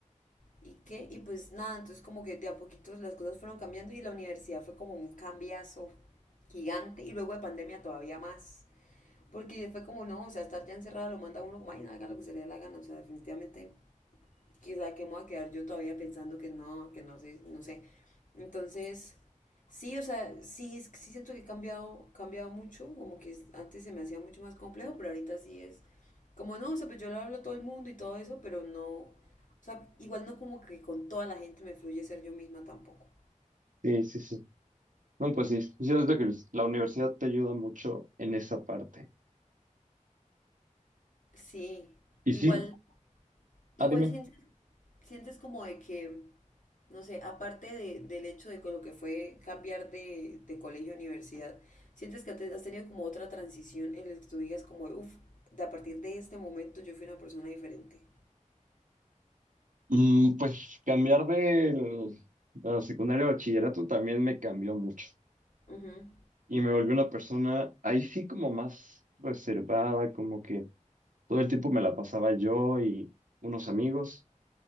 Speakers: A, on the left; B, on the right.
A: ¿y qué? Y pues nada, entonces como que de a poquitos las cosas fueron cambiando y la universidad fue como un cambiazo gigante y luego de pandemia todavía más. Porque fue como, no, o sea, estar ya encerrada lo manda a uno como, ay, no, haga lo que se le dé la gana, o sea, definitivamente quizá que me voy a quedar yo todavía pensando que no, que no sé, no sé. Entonces, sí, o sea, sí, es- sí siento que he cambiado, cambiado mucho, como que es- antes se me hacía mucho más complejo, pero ahorita sí es como no, o sea, pues yo le hablo a todo el mundo y todo eso, pero no, o sea, igual no como que con toda la gente me fluye ser yo misma tampoco.
B: Sí, sí, sí. No, pues sí. Yo creo que la universidad te ayuda mucho en esa parte.
A: Sí,
B: Y
A: igual,
B: sí, Ah,
A: igual
B: dime.
A: sientes, sientes como de que No sé, aparte de- del hecho de con lo que fue cambiar de, de colegio a universidad, ¿sientes que te- has tenido como otra transición en la que tú digas como, uff, de a partir de este momento yo fui una persona diferente?
B: Mm, pues cambiar del, de la secundaria a bachillerato también me cambió mucho
A: Ujú,
B: y me volví una persona ahí sí como más reservada, como que todo el tiempo me la pasaba yo y unos amigos,